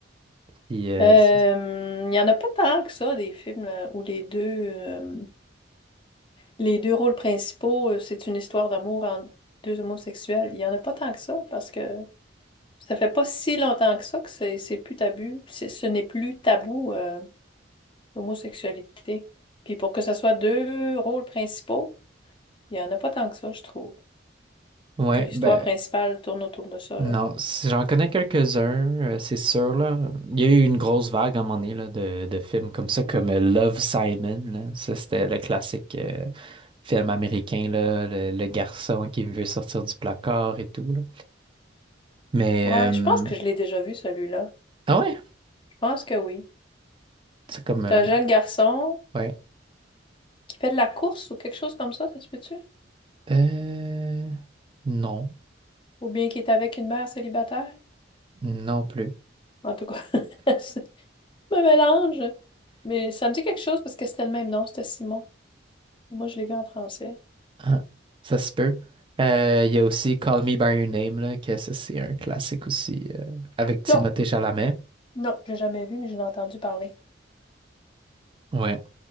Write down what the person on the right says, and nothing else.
Puis, euh,
c'est-
ouais,
ben,
non,
si j'en connais quelques-uns, euh, c'est sûr, là. Il y a eu une grosse vague à un moment donné, là, de, de films comme ça, comme euh, Love, Simon, là. Ça, c'était le classique euh, film américain, là, le, le garçon qui veut sortir du placard et tout, là. Mais,
euh,
ah ouais,
c'est comme,
euh,
ouais.
Euh, non.
Non plus.
Ah, ça se peut. Euh, Il y a aussi Call Me By Your Name, là, que ça, c'est un classique aussi, euh, avec Timothée
Chalamet.
Ouais.